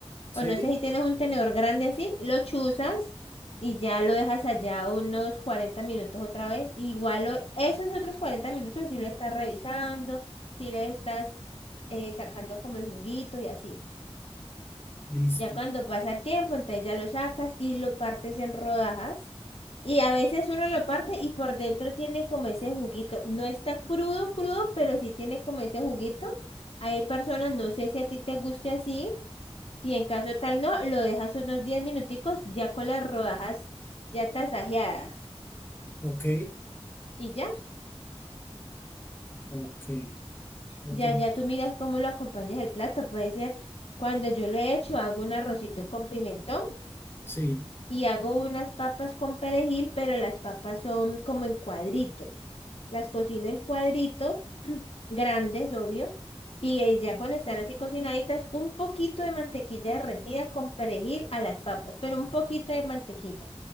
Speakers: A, on the left; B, on the left.
A: Sí,
B: o no sé si tienes un tenedor grande así, lo chuzas y ya lo dejas allá unos 40 minutos otra vez. Igual lo- esos otros 40 minutos si lo estás revisando, si le estás eh, sacando como el juguito y así.
A: listo.
B: Ya cuando pasa el tiempo, entonces ya lo sacas y lo partes en rodajas y a veces uno lo parte y por dentro tiene como ese juguito. No está crudo, crudo, pero sí tiene como ese juguito. Hay personas, no sé si a ti te guste así, y en caso tal no, lo dejas unos 10 minuticos ya con las rodajas ya tasajeadas.
A: Ok,
B: Y ya,
A: ok. No
B: ya,
A: te-
B: ya tú miras cómo lo acompañas el plato. Puede ser, cuando yo lo he hecho, hago un arrocito con pimentón
A: Sí,
B: y hago unas papas con perejil, pero las papas son como en cuadritos. Las cocino en cuadritos <clears throat> grandes, obvio, y eh, ya cuando están así cocinaditas, un poquito de mantequilla derretida con perejil a las papas, pero un poquito de mantequilla.